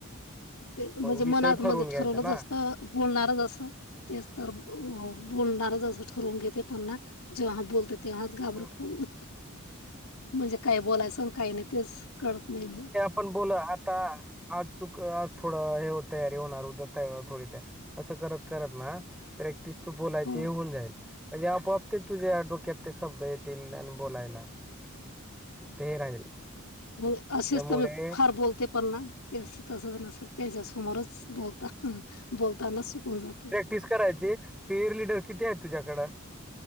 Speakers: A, on the left; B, in the centre.
A: ते तू म्हणजे
B: विषय
A: मनात
B: ठरवून
A: मध्ये
B: घ्यायचा
A: ठरवलंच
B: ना
A: असतं बोलणारच असं तेच तर बोल बोलणारच असं ठरवून घेते पण ना जेव्हा हा बोलते तेव्हाच घाबरत
B: हम्म,
A: होऊन जाते म्हणजे काय बोलायचं काही नाही तेच कळत नाही मी
B: पण बोल आता आज चुक आज थोडं हे तयारी होणार उद्या थोडी ते <unintelligible> असं करत करत ना प्रॅक्टिस त बोलायचे
A: हं
B: हे होन जाईल म्हणजे आपआप ते तुझ्या डोक्यात ते शब्द येतील आणि बोलायला ते राहील
A: म्हणजे असेच
B: त्यामुळे
A: तर मी फार बोलते पण ना ते तसच नसेल त्यांच्यासमोरच बोलता ह बोलताना सुकून जाते
B: क् करायचे पेअर ललीडर किती आहे तुझ्याकड